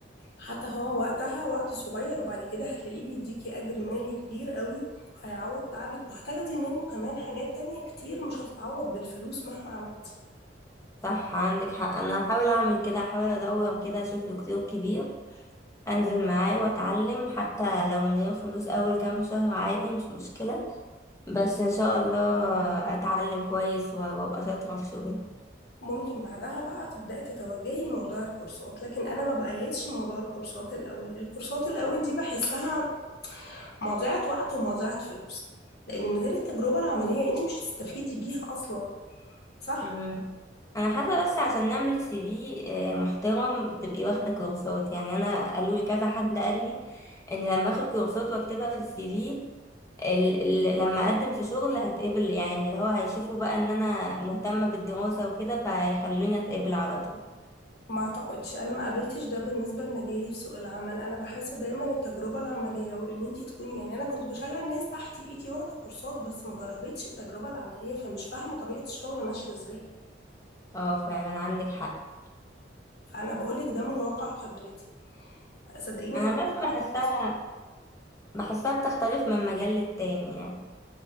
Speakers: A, on the left; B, on the left.
A: حتى هو وقتها وقت صغير بعد كده هتلاقيه بيديكي اجر مالي كبير قوي هيعوض تعبك وهتاخدي منه كمان حاجات تانية كتير مش هتتعوض بالفلوس مهما عملتي
B: صح عندك حق أنا هحاول أعمل كده هحاول أدور كده أشوف دكتور كبير أنزل معاه وأتعلم حتى لو من غير فلوس أول كام شهر عادي مش مشكلة بس إن شاء الله أتعلم كويس وأبقى شاطرة في شغلي
A: ممكن بعدها بقى تبدأي تتوجهي لموضوع الكورسات لكن انا ما بأيدش موضوع الكورسات الاول الكورسات الاول دي بحسها مضيعة وقت ومضيعة فلوس لان من غير التجربة العملية انت مش هتستفيدي بيها اصلا صح
B: مم. انا حاسه بس عشان نعمل سي في آه، محترم تبقي واخده كورسات يعني انا قالوا لي كذا حد قال لي ان لما اخد كورسات واكتبها في السي في ال ال لما اقدم في شغل هتقبل يعني اللي هو هيشوفوا بقى ان انا مهتمه بالدراسه وكده فهيخلوني اتقبل على طول
A: ما اعتقدش انا ما قابلتش ده بالنسبه لمجالي في سوق العمل انا بحس دايما التجربه العمليه وان انت تكوني يعني انا كنت بشغل ناس تحت ايدي واخده كورسات بس ما جربتش التجربه العمليه فمش فاهمه طبيعه الشغل ماشيه ازاي
B: اه فعلا عندك حق
A: فانا بقولك ده من واقع خبرتي صدقيني
B: انا
A: هتجمعي
B: بس بحسها
A: الفلوس
B: بحسها بتختلف من مجال للتاني يعني